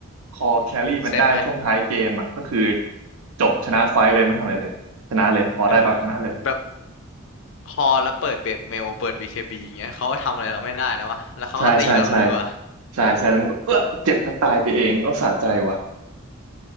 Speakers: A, on the right (about 85°); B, on the left (about 60°).
A: คอแครี่มันได้ช่วงท้ายเกมอ่ะก็คือ
B: เซฟไหม
A: จบชนะไฟท์เลยไม่ต้องทำอะไรเลยชนะเลยคอได้ปั๊บชนะเลย
B: เออแบบคอแล้วเปิดเบสเมลเปิด BKB อย่างเงี้ยเขาก็ทำอะไรเราไม่ได้แล้ววะแล้วเขาก็ตีเรารัว
A: ใช่ใช่ใช่ใช่ใช่แล้วมันก็เออเจ็บแล้วตายไปเองโอ้สะใจว่ะ